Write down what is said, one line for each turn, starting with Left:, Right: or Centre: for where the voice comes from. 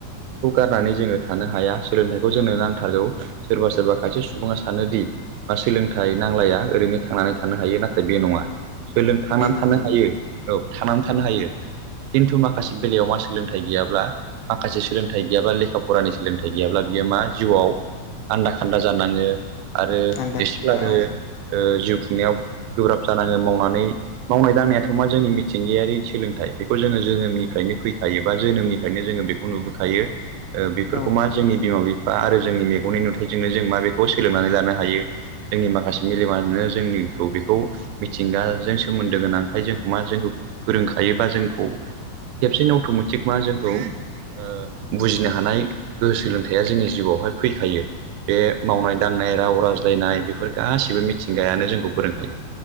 Right: खौ गारनानै जोङो थानो हाया सोलोंथाइखौ जोंनो नांथारगौ सोरबा सोरबा खायसे सुबुङा सानोदि मा सोलोंथाइ नांलाया ओरैनो थांनानै थानो हायो नाथाय बे नङा सोलों थांनानै
Left: बे नङा
Right: थानो हायो
Left: नङा
Right: औ थांनानै थानो हायो खिन्थु माखासे बेलायाव मा सोलोंथाइ गैयाब्ला माखासे सोलोंथाइ गैयाब्ला लेखा फरानि सोलोंथाइ गैयाब्ला बियो मा जिउआव आन्दा खान्दा जानाङो आरो <unintelligible>
Left: आन्दा खान्दा औ
Right: जिउ खुंनायाव गोब्राब जानाङो मावनानै मावनाय दांनायाथ मा जोंनि मिथिंगायारि सोलोंथाइ बेखौ जोङो जोनोमनिफ्रायनो फैखायो बा जोनोमनिफ्रायनो जोङो बेखौ नुबोखायो बेफोरखौ
Left: औ
Right: मा जोंनि बिमा बिफा फा आरो जोंनि मेगननि नुथाइजोंनो जों मा बेखौ सोलोंनानै लानो हायो जोंनि माखासे मेलेमानो जोंनि खौ बेखौ मिथिंगाजों सोमोन्दो गोनांखाय जोंखौ मा जोंखौ फोरोंखायोबा जोंखौ खेबसेनो अटमेटिक मा जोंखौ ओ बुजि नो हानाय गोहो सोलोंथाइया जोंनि जिउआवहाय फैखायो बे मावनाय दांनाय राव रायज्लायनाय बेफोर गासैबो मिथिंगायानो जोंखौ फोरोंखायो